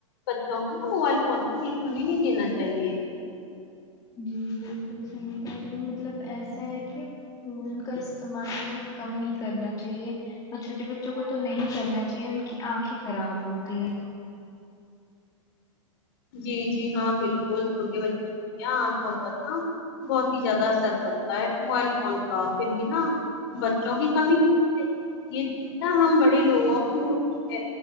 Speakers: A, on the left; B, on the left.
A: بچوں کو نا موبائل فون کو بالکل بھی نہیں دینا چاہیے
B: جی بالکل صحیح کہہ رہی مطلب ایسا ہے کہ فون کا استعمال بہت کم ہی کرنا چاہیے اور چھوٹے بچوں کو تو نہیں کرنا چاہیے ان کی آنکھیں خراب ہوتی ہیں
A: جی جی ہاں بالکل چھوٹے بچے یہاں آنکھوں پر نا بہت ہی زیادہ اثر پڑتا ہے موبائل فون کا پھر بھی نا بچوں کی کمی یہ چتا ہم بڑے لوگوں کو ہوتی ہے